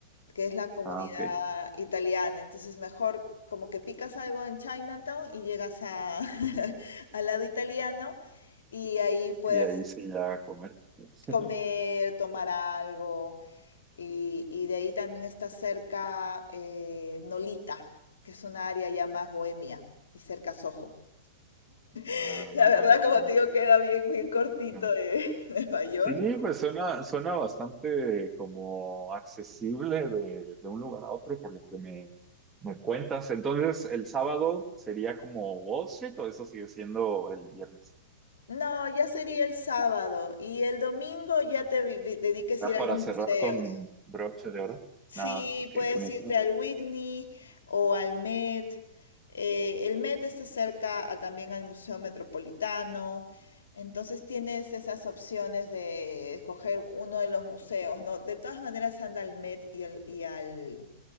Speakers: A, on the left (about 85°); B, on the right (about 15°).
A: que es la comunidad
B: Ah, ok.
A: italiana. Entonces, mejor como que picas algo en Chinatown y llegas a, <laughs> al lado italiano y ahí puedes
B: Y ahí se ya a comer.
A: comer,
B: <laughs>
A: tomar algo. Y, y de ahí también está cerca eh, Nolita, que es una área ya más bohemia y cerca Soho.
B: Ah,
A: <laughs> La verdad,
B: ok.
A: Ah, como te digo, sí. queda bien, bien cortito
B: Ah,
A: de <laughs> de Nueva York.
B: Sí, pues suena, suena bastante como accesible de, de un lugar a otro por lo que me, me cuentas. Entonces, el sábado sería como Wall Street o eso sigue siendo el viernes.
A: No, ya sería el sábado y el domingo ya te vi- vi- dediques
B: ¿Da
A: a ir a
B: para
A: los museos.
B: cerrar con broche de oro?
A: Sí,
B: Nada, ok,
A: puedes
B: con eso.
A: irte al Whitney o al Met. Eh, el Met está cerca a- también al Museo Metropolitano. Entonces tienes esas opciones de escoger uno de los museos, ¿no? De todas maneras anda al Met y, al, y al,